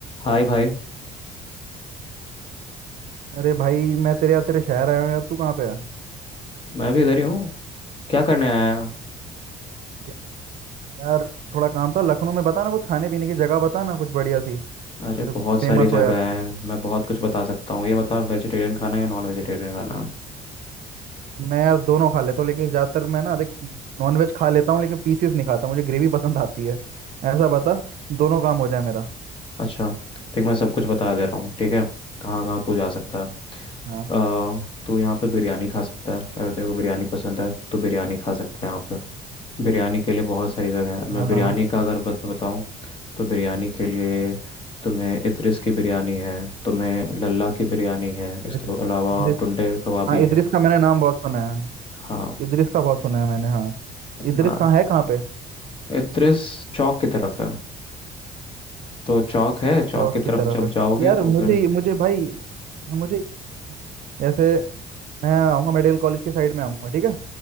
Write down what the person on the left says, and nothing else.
हाय भाई
मैं भी इधर ही हूँ क्या करने आया है
अरे
बहुत
सारी जगह
है मैं बहुत कुछ बता सकता हूँ ये बता वेजिटेरियन खाना है या नॉन वेजिटेरियन खाना है?
अच्छा देख मैं सब कुछ बता दे रहा हूँ ठीक है कहाँ कहाँ तू जा सकता है
अ, तू यहाँ पे बिरयानी खा सकता है अगर तेरे को बिरयानी पसंद है तो बिरयानी खा सकता है यहाँ पे बिरयानी के लिए बहुत सारी जगह है मैं
बिरयानी
का अगर बत बताऊँ तो बिरयानी के लिए तुम्हें इद्रिस की बिरयानी है तुम्हें लल्ला की बिरयानी है इसके
अलावा
टुंडे कबाबी
है
हाँ
हाँ
इद्रिस चौक की तरफ है तो चौक है चौक
की
तरफ
जब
जाओगे
तो
उधर